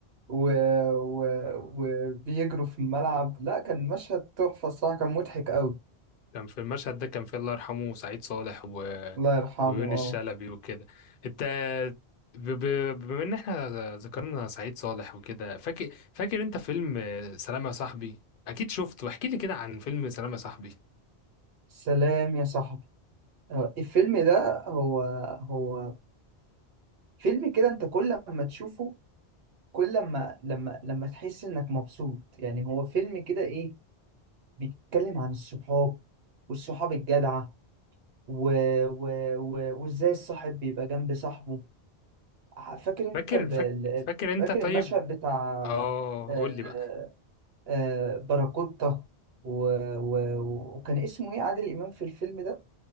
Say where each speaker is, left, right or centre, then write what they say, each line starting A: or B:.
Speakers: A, on the right; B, on the left.
A: و... و... وبيجروا في الملعب لا كان مشهد تحفة الصراحة كان مضحك قوي
B: كان في المشهد ده كان في الله يرحمه سعيد صالح و...
A: الله يرحمه
B: ويونس
A: اه
B: شلبي وكده انت ب... ب... بما ان احنا ذكرنا سعيد صالح وكده فاكر فاكر انت فيلم سلام يا صاحبي اكيد شفته احكي لي كده عن فيلم سلام يا صاحبي
A: سلام يا صاحبي آه، الفيلم ده هو هو فيلم كده انت كل ما تشوفه كل ما لما لما تحس انك مبسوط يعني هو فيلم كده ايه بيتكلم عن الصحاب والصحاب الجدعة و... و... و... وازاي الصاحب بيبقى جنب صاحبه ع- فاكر انت
B: فاكر
A: ال...
B: فاك...
A: ال-
B: فاكر انت
A: فاكر
B: طيب
A: المشهد بتاع
B: اه
A: آه،
B: قول لي بقى
A: آه، باراكوتا و... و... وكان اسمه ايه عادل امام في الفيلم ده